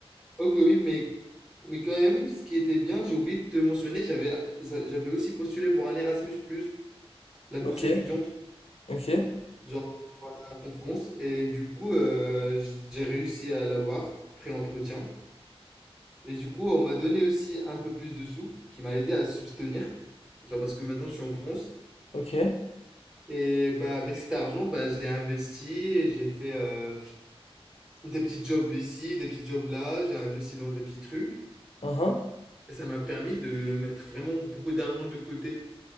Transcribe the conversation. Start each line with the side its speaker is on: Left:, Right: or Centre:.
Centre: Ok, oui, mais, mais quand même, ce qui était bien, j'ai oublié de te mentionner, j'avais, j'avais aussi postulé pour un Erasmus+, la bourse
Left: Ok,
Centre: étudiante,
Left: ok,
Centre: genre en France, et du coup, euh, j'ai réussi à l'avoir après l'entretien. Et du coup, on m'a donné aussi un peu plus de sous, qui m'a aidé à subvenir, genre parce que maintenant je suis en France.
Left: ok.
Centre: Et bah avec cet argent, bah je l'ai investi et j'ai fait euh, des petits jobs ici, des petits jobs là, j'ai investi dans des petits trucs.
Left: uhum.
Centre: Et ça m'a permis de mettre vraiment beaucoup d'argent de côté